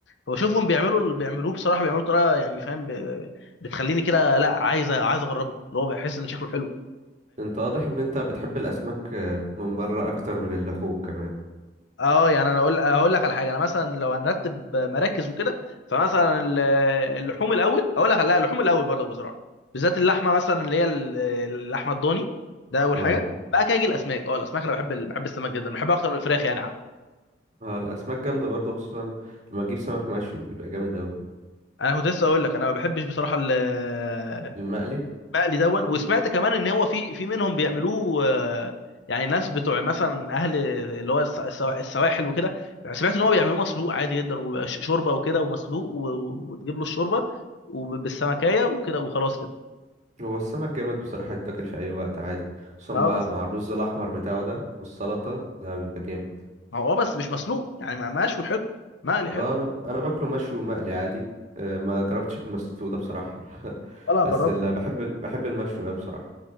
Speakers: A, on the left (about 70°); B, on the right (about 40°).
A: فبشوفهم بيعملوا اللي بيعملوه بصراحه بيعملوا طريقه يعني فاهم ب- ب- بتخليني كده لا عايز عايز اجربه اللي هو بحس ان شكله حلو
B: انت واضح ان انت بتحب الاسماك آه، من بره اكتر من اللحوم كمان
A: اه يعني انا اقول هقول لك على حاجه انا مثلا لو هنرتب مراكز وكده فمثلا ال- اللحوم الاول اقول لك لا اللحوم الاول برضه بصراحه بالذات اللحمه مثلا اللي هي ال- اللحمه الضاني ده اول
B: اه
A: حاجه بقى كده يجي الاسماك اه الاسماك انا بحب ال- بحب السمك جدا بحبها اكتر من الفراخ يعني حتى
B: اه الاسماك جامده برضو خصوصا لما اجيب سمك مشوي بيبقى جامد اوي
A: انا كنت لسه اقول لك انا ما بحبش بصراحه ال-
B: المقلي
A: مقلي دون وسمعت كمان ان هو في في منهم بيعملوه آه، يعني ناس بتوع مثلا اهل اللي هو الس- السوا- السواحل وكده سمعت ان هو بيعملوه مسلوق عادي جدا وبيبقى ش- شوربه وكده ومسلوق و- و- وتجيب له الشوربه وبالسمكيه وكده وخلاص كده
B: هو السمك جامد بصراحه يتاكل في اي وقت عادي خصوصا مع
A: اه بس
B: مع الرز الاحمر بتاعه ده والسلطه ده بيبقى جامد
A: هو اه بس مش مسلوق يعني مع مشوي حلو مقلي حلو
B: اه انا انا باكله مشوي ومقلي عادي آه، ما جربتش المسلوق ده بصراحه <laughs>
A: ولا هجربه
B: بس اللي
A: خلي بالك.
B: بحب بحب المشوي اوي بصراحه